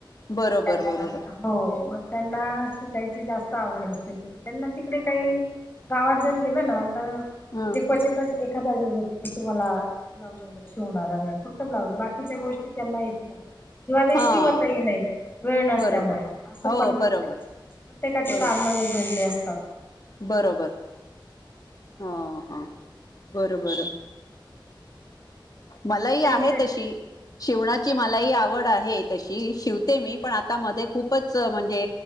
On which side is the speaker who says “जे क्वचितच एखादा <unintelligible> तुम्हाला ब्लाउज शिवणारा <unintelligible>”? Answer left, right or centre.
Left